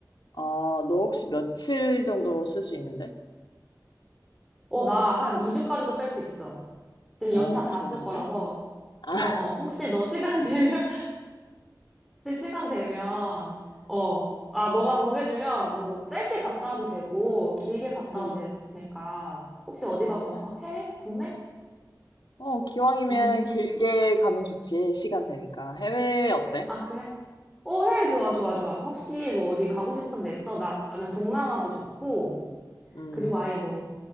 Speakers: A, on the left; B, in the centre.
A: 아, 너 혹시 며칠 정도 쓸 수 있는데?
B: 어, 나 한 2주까지도 뺄 수 있어. 지금
A: 어,
B: 연차 다
A: 좋은데?
B: 쓸 거라서.
A: 아,
B: 어,
A: <laughs>
B: 어. 혹시 너 시간 <laughs> 되면, 혹시 시간 되면, 어. 아, 너가 정해주면 뭐 짧게 갔다 와도 되고, 길게 갔다
A: 응.
B: 와도 되니까. 혹시 어디 가고 싶어?
A: 아,
B: 해외? 국내?
A: 어, 기왕이면
B: 음.
A: 길게 가면 좋지, 시간 되니까. 해외 어때?
B: 아, 그래? 어, 해. 좋아, 좋아, 좋아. 혹시 뭐 어디 가고 싶은 데 있어? 나- 나는 동남아도 좋고,
A: 음.
B: 그리고 아예 뭐,